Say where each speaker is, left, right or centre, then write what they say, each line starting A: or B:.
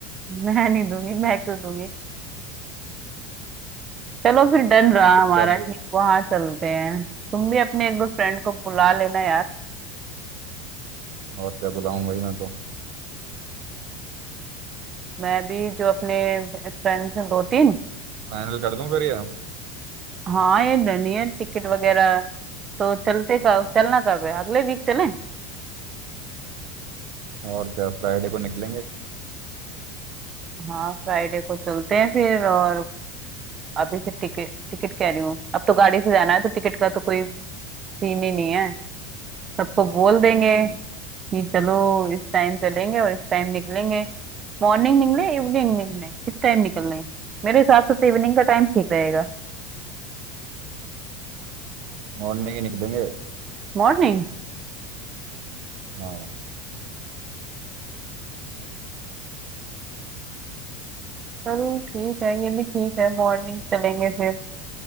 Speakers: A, on the right; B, on the right.
A: मैं नहीं दूंगी मैं क्यों दूंगी चलो फिर डन रहा
B: चुपचाप
A: हमारा
B: दे
A: कि
B: दो
A: वहां चलते हैं तुम भी अपने एक दो फ्रेंड को बुला लेना यार
B: और क्या बुलाऊंगा ही मैं तो
A: मैं भी जो अपने फ्रेंड्स हैं दो तीन
B: फाइनल कर दूं फिर ये
A: हाँ ये डन ही है टिकट वगैरह तो चलते कब चलना कब है अगले वीक चलें
B: और क्या फ्राइडे को निकलेंगे
A: हाँ फ्राइडे को चलते हैं फिर और अभी से टिकट टिकट कह रही हूँ अब तो गाड़ी से जाना है तो टिकट का तो कोई सीन ही नहीं है सबको बोल देंगे
B: हम्म,
A: कि चलो इस टाइम चलेंगे और इस टाइम निकलेंगे मॉर्निंग निकले इवनिंग निकले किस टाइम निकलना है मेरे हिसाब से तो इवनिंग का टाइम ठीक रहेगा
B: मॉर्निंग ही निकलेंगे
A: मॉर्निंग
B: हाँ
A: चलो ठीक है ये भी ठीक है मॉर्निंग चलेंगे फिर